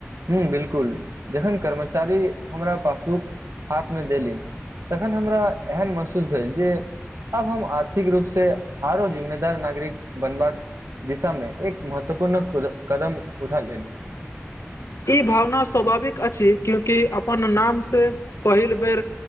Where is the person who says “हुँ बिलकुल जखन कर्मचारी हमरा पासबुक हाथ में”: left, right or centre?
Right